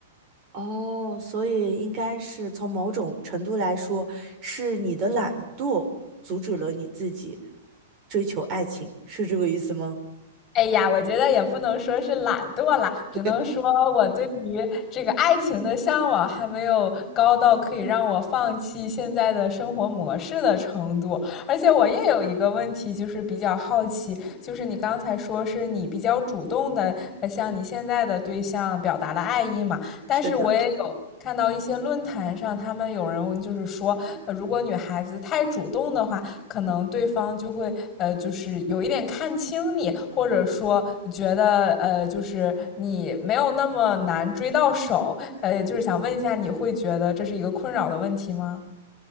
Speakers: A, on the right (about 35°); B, on the left (about 25°).
A: 哦，所以应该是从某种程度来说，是你的懒惰阻止了你自己追求爱情，是这个意思吗？
B: 哎呀，我觉得也不能说是懒惰啦，只能说我对于这个爱情的向往还没有高到可以让我放弃现在的生活模式的程度。
A: <laughs>
B: 而且我也有一个问题，就是比较好奇，就是你刚才说是你比较主动的向你现在的对象表达了爱意嘛？但是我也有看到一些论坛上，
A: 是的。
B: 他们有人就是说，呃如果女孩子太主动的话，可能对方就会呃，就是有一点看轻你，或者说觉得呃，就是你没有那么难追到手，呃，就是想问一下，你会觉得这是一个困扰的问题吗？